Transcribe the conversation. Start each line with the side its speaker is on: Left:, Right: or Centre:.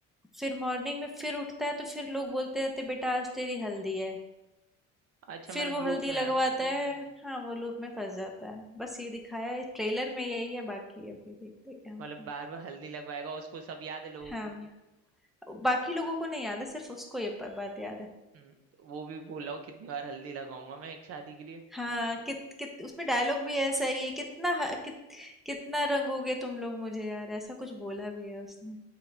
Centre: फिर मॉर्निंग में फिर उठता है तो फिर लोग बोलते रहते बेटा आज तेरी हल्दी है
Right: अच्छा मतलब
Centre: फिर वो
Right: लूप
Centre: हल्दी
Right: में
Centre: लगवाता
Right: है
Centre: है हाँ वो लूप में फंस जाता है बस ये दिखाया है ट्रेलर में यही है बाकी अभी देखते हैं क्या होता
Right: मतलब
Centre: है
Right: बार बार हल्दी लगवाएगा उसको सब याद है लोगों
Centre: हाँ
Right: को
Centre: बाकी लोगों को नहीं याद है सिर्फ उसको ये ब- बात याद है
Right: हम्म, तो वो भी बोल रहा हूँ कितनी बार हल्दी लगाऊंगा मैं एक शादी के लिए
Centre: हाँ कित कित उसमें डायलॉग भी ऐसा ही है कितना ह- कित, कितना रंगोगे तुम लोग मुझे यार ऐसा कुछ बोला भी है उसने